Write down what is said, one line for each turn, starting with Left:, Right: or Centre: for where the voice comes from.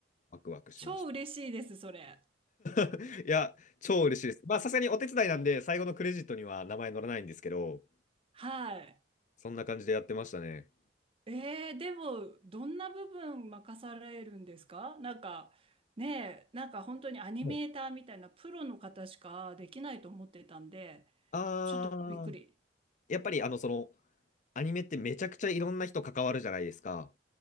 Left: ワクワクしまし
Right: 超嬉しいです、それ。
Left: た。<laughs> いや、超嬉しいです。まあ、さすがにお手伝いなんで、最後のクレジットには名前載らないんですけど、
Right: はい。
Left: そんな感じでやってましたね。
Right: えー、でも、どんな部分任されるんですかなんか、ねえ、なんか本当にアニメーターみたいなプロの方しかできないと思ってたんで、
Left: はいあー、
Right: ちょっとびっくり。
Left: やっぱりあの、その、アニメってめちゃくちゃいろんな人関わるじゃないですか。